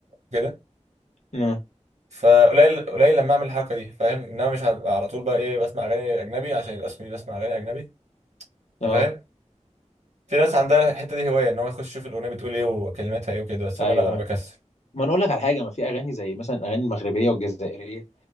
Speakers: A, on the right; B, on the left.
A: وكده
B: اه
A: فقليل قليل لما اعمل الحركه دي فاهم ان انا مش هبقى على طول بقى ايه بسمع اغاني اجنبي عشان يبقى اسمي بسمع اغاني اجنبي
B: اه
A: انت فاهم في ناس عندها الحته دي هوايه ان هو يخش يشوف الاغنيه بتقول ايه وكلماتها ايه وكده بس
B: ايوه
A: انا لا انا بكسل
B: أيوة. ما انا اقول لك على حاجه ما في اغاني زي مثلا الاغاني المغربيه والجزائريه